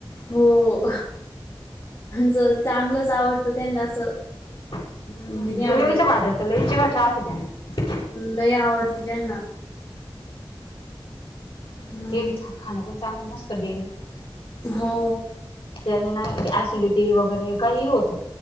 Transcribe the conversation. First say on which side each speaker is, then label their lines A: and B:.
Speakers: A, on the left; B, on the left.
A: हो ज चांगलंच आवडतं त्यांना असं.
B: हम्म
A: हे नाही
B: ग्रेव्हीच्या
A: आवडत
B: भाज्या त्याला जीवाच्या आत आहे त्यांच्या‌
A: लय आवडती त्यांना. हम्म.
B: ते खाणं पण चांगलं नसतं डेली.
A: हो
B: त्याने ना ऍसिडिटी वगैरे काहीही होतं.